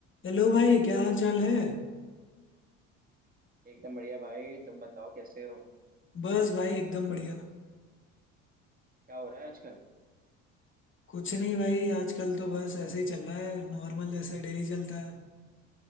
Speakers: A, on the left; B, on the right.
A: Hello भाई क्या हाल चाल है
B: एकदम बढ़िया भाई तुम बताओ कैसे हो
A: बस भाई एकदम बढ़िया
B: क्या हो रहा है आजकल
A: कुछ नहीं भाई आजकल तो बस ऐसे ही चल रहा है नॉर्मल जैसे डेली चलता है